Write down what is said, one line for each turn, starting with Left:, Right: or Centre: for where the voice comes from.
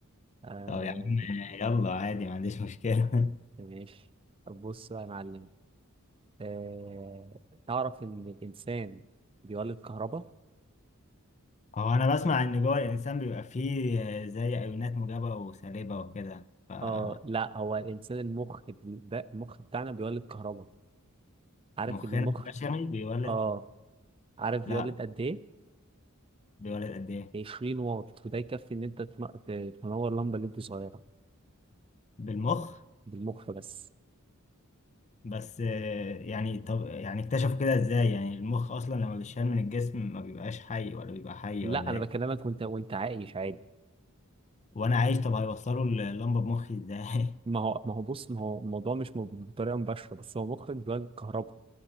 Right: آه
Left: طب يا عم يلا عادي ما عنديش مشكله <laughs>
Right: ماشي طب بص بقى يا معلم آه، تعرف إن الإنسان بيولد كهرباء؟
Left: هو انا بسمع ان جوه الانسان بيبقى فيه زي ايونات موجبه وسالبه وكده فمخنا
Right: آه لا هو الإنسان المخ بي- ده المخ بتاعنا بيولد كهرباء عارف
Left: البشري
Right: إن المخ
Left: بيولد
Right: آه عارف
Left: لا
Right: بيولد قد إيه؟
Left: بيولد قد ايه
Right: 20 واط وده يكفي إن أنت تن- ت- تنور لمبة ليد صغيرة
Left: بالمخ
Right: بالمخ بس
Left: بس آه، يعني طب يعني اكتشفوا كده ازاي يعني المخ اصلا لما بيتشال من الجسم ما بيبقاش حي ولا بيبقى حي
Right: لا
Left: ولا
Right: أنا
Left: ايه
Right: بكلمك وأنت وأنت عايش عادي
Left: وانا عايش طب هيوصلوا اللمبه بمخي ازاي
Right: ما
Left: <laughs>
Right: هو ما هو بص ما هو الموضوع مش م- بطريقة مباشرة بس هو مخك بيولد كهرباء